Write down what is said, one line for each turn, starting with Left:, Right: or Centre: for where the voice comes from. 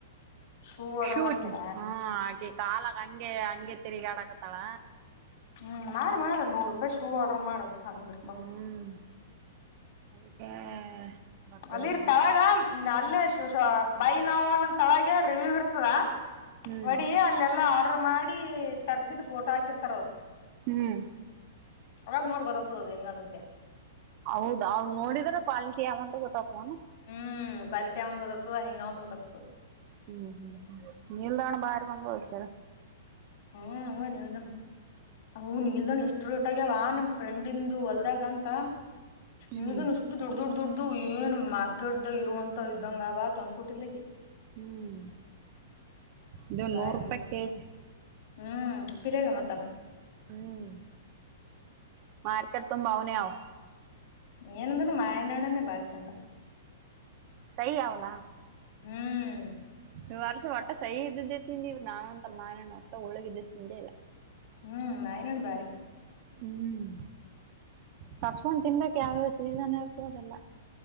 Left: ಶೂ ಆರ್ಡರ್
Right: ಶು
Left: ಮಾಡ್ತೀಯ
Right: ಹಾ ಆಗೆ ಕಾಲಕ್ಕ ಹಂಗೆ ಹಂಗೆ ತಿರುಗಿ ಆಡಕತ್ತಾಳ
Left: ಹ್ಮ್ ಮಾಡ ಮಾಡ ನೂರ್ ರೂಪಾಯಿ ಶೂ ಆರ್ಡ್ರರ್ ಮಾಡ ಚಂದ್ರತ
Right: ಹ್ಮ್ ಅದಕ್ಕೆ ಬರ್ತವಿಲ್ಲ
Left: ಅಲ್ಲಿರ್
Right: ಅಂತ
Left: ತಳಗ ನಲ್ಲೆ ಅಶು. ಬೈ ನಾವು ಅನ್ನಂತಳಗೆ ರಿವ್ಯೂ ಇರ್ತದ.
Right: ಹ್ಮ್
Left: ವಡಿ ಅಲ್ಲೆಲ್ಲಾ ಆಟ್ ಮಾಡಿ ತರ್ಸಿದ್ ಫೋಟೋ ಹಾಕಿರ್ತಾರ ಅವ್ರು.
Right: ಹ್ಮ್
Left: ಅವಾಗ್ ನೋಡ್ ಗೊತ್ತಾಗ್ತದ ಅದ್ ಹೆಂಗ್ ಅನ್ಸುತ್ಯ.
Right: ಹೌದ್ ನೋಡಿದ್ರೆ ಕ್ವಾಲಿಟಿ ಯಾವ್ದಂತ ಗೊತ್ತಾತ್ವನ.
Left: ಹ್ಮ್ ಕ್ವಾಲಿಟವ ಅಂದ ಗೊತ್ತತದ ಹಿಂಗವ ಅಂತ್ ಗೊತಾಗ್ತದ.
Right: ಹ್ಮ್ ನಿಲ್ದಾಣ ಭಾರಿ ಬಂಬುಸರ.
Left: ಹು ನಾವ ನಿಲ್ದಾಣ್ ಅವ್ನ್ ನಿಲ್ದಾಣ್ಣ ಎಷ್ಟ್ ಷ್ಟಟಗ್ಯಾವ ನಮ್ ಫ್ರೆಂಡಂದು ಹೊಲ್ದಾಗ ಅಂತ.
Right: ಹ್ಮ್
Left: ನೀವುಗ ಇಷ್ಟು ದೊಡ್ ದೊಡ್ಡ ದೊಡ್ ಇದು ಏನ್ ಮಾರ್ಕೆಟ್ದಾಗ್ ಇರುವಂತ ಇದಂಗವ ತಂದ್ ಕೊಟ್ಟಿದ್ಲಿಕಿ.
Right: ಹ್ಮ್ ಇದು
Left: ಬರ್ಬ
Right: ನೂರು ರೂಪಾಯಿ ಕೆಜಿ
Left: ಹ್ಮ್ ಪಿರಾಗ್ಯ ಮತ್ತ.
Right: ಹ್ಮ್ ಮಾರ್ಕೆಟ್ ತುಂಬ ಅವ್ನೆ ಅವ್.
Left: ಏನಂದ್ರೂ ಮಾಯನ್ಣನೇ ಬಾಳ್ಚಂದ.
Right: ಸೈ ಆವ್ಲಾ.
Left: ಹ್ಮ್
Right: ಇ ವರ್ಷ ಒಟ್ ಸಹಿ ಇದ್ದೆ ತಿಂದಿವಿ. ನಾನೊಂತ ಮಾರಣ ಒಟ್ಟ ಒಳಗಿದ್ದ ತಿಂದೆ ಇಲ್ಲ.
Left: ಹ್ಮ್ ನಯ್ ನೋಡ್ ಬಾರಿ.
Right: ಹ್ಮ್ ತರ್ಸ್ಕೊಂಡ್ ತಿನ್ಬೇಕ್ ಯಾವ್ಯಾವಸ್ ಸೀಸನ್ ಹೇಳ್ತದೆಲ್ಲ.